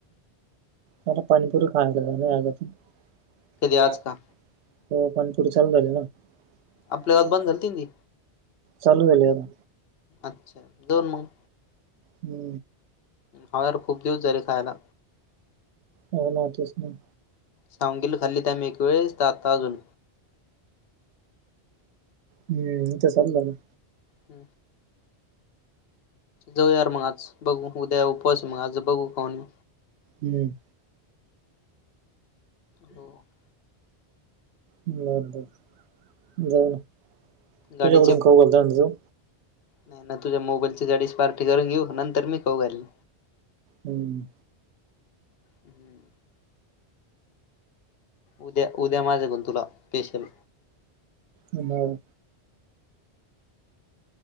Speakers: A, on the right; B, on the left.
A: मला पानीपुरी खायला <unintelligible> कधी
B: आज
A: यार,
B: का
A: हो पाणीपुरी चालू झाली ना.
B: आपल्या
A: आपल्याला
B: गावात
A: नाय.
B: बंद झालती ना ती
A: चालू झाली आता.
B: अच्छा, दोन मग.
A: हू...
B: हा यार खूप दिवस झाले खायाला
A: हो, ना. तेच, ना.
B: सागवीला खाल्लीती आम्ही एक वेळेस ती आता अजून
A: हं.. इथं चालू झाली.
B: ह... जाऊया यार मग आज, बघू उद्या उपवास मग आज बघू खाऊन.
A: हं..
B: हो <unintelligible> <inaudible>
A: बर, बर, बरं जाऊन
B: गाडीचे
A: तुझ्याकडून <inaudible> खाऊ घालतो का आम्ही जाऊ
B: नाही, नाही तुझ्या मोबाईलची गाडीची पार्टी करून घेऊ, नंतर मी खाऊ घालीन.
A: हम्म.
B: हम्म. उद्या, उद्या माझा कडून तुला स्पेशल.
A: हो